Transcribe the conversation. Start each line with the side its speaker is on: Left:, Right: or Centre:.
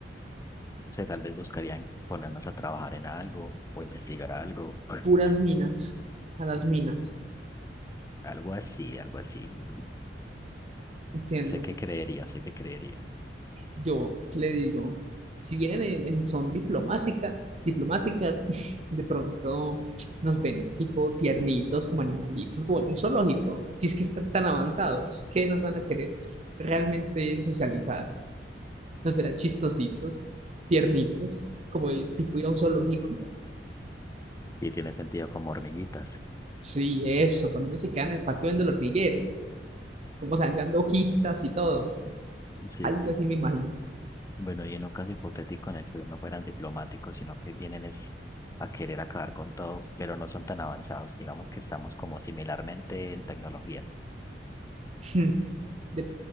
Left: O sea, tal vez buscarían ponernos a trabajar en algo o investigar algo. <clears throat> <laughs>
Right: Puras minas, a las minas,
Left: Algo así, algo así.
Right: entiendo.
Left: Sé que creería, sé que creería.
Right: Yo, ¿qué le digo? Si vienen en, en son diplomática, diplomática, <laughs> de pronto nos ven tipo tiernitos, como animalitos, como en un zoológico. Si es que están tan avanzados, ¿qué nos van a querer realmente socializar? Nos verán chistositos, tiernitos, como de tipo ir a un zoológico.
Left: Y tiene sentido como hormiguitas.
Right: Sí, eso, cuando uno se queda en el patio viendo el hormiguero, como se van dando hojitas y todo.
Left: Sí,
Right: Algo
Left: sí.
Right: así me imagino.
Left: Bueno, y en un caso hipotético en el que no fueran diplomáticos, sino que vienen es a querer acabar con todo, pero no son tan avanzados. Digamos que estamos como similarmente en tecnología.
Right: <laughs> de-